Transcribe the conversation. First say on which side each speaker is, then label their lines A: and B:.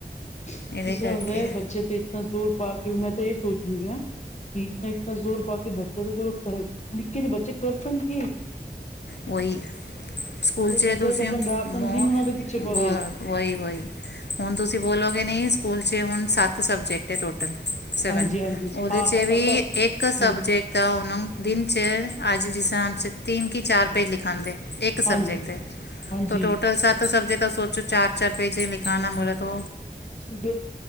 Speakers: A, on the left; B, on the left.
A: ਕਿਸ
B: ਇਹਦੇ
A: ਤਰ੍ਹਾਂ
B: ਕਰਕੇ
A: ਹੁੰਦਾ ਏ ਬੱਚੇ ਤੇ ਇਤਨਾ ਜ਼ੋਰ ਪਾ ਕੇ ਮੈਂ ਤੇ ਇਹ ਸੋਚਣੀ ਪਿਆ। ਕਿ ਇਤਨਾ ਇਤਨਾ ਜ਼ੋਰ ਪਾ ਕੇ ਬੱਚਿਆਂ ਦੇ ਕੋਲੋਂ ਕਰ, ਨਿੱਕੇ ਜੇ ਬੱਚੇ ਕਰ ਸਨ ਕਿ
B: ਕੋਈ ਸਕੂਲ ਚ
A: ਚੱਕਰ
B: ਤੁਸੀਂ
A: ਆਪਾਂ
B: ਬ
A: ਰਾਤ ਦਿਨ ਉਹਨਾਂ ਦੇ ਪਿੱਛੇ ਪਵੇ
B: ਬਤ
A: ਆ
B: ਵੋਹੀ-ਵੋਹੀ ਹੁਣ ਤੁਸੀਂ ਬੋਲੋਗੇ ਨਹੀਂ ਸਕੂਲ ਚ ਹੁਣ ਸੱਤ ਸਬਜੈਕਟ ਐ, ਟੋਟਲ ਸੈਵਨ
A: ਹਾਂਜੀ ਹਾਂਜੀ
B: ਉਹਦੇ
A: ਹਾਂ
B: ਚ
A: ਸੱਤ
B: ਵੀ
A: ਅੱਠ
B: ਇੱਕ
A: ਹਾਂ
B: ਸਬਜੇਕਟ ਦਾ ਉਹਨੂੰ ਦਿਨ ਚ ਅੱਜ ਜਿਸ ਤਿੰਨ ਕਿ ਚਾਰ ਪੇਜ ਲਿਖਾਦੇ, ਇੱਕ ਸਬਜੈਕਟ
A: ਹਾਂਜੀ
B: ਦੇ
A: ਹਾਂਜੀ
B: ਟੋਟਲ ਸੱਤ ਸਬਜੈਕਟ ਤਾਂ ਸੋਚੋ ਚਾਰ-ਚਾਰ ਪੇਜੇ ਲਿਖਾਨਾ ਬੋਲੇ ਤੋ
A: ਸੀ ਬੀ,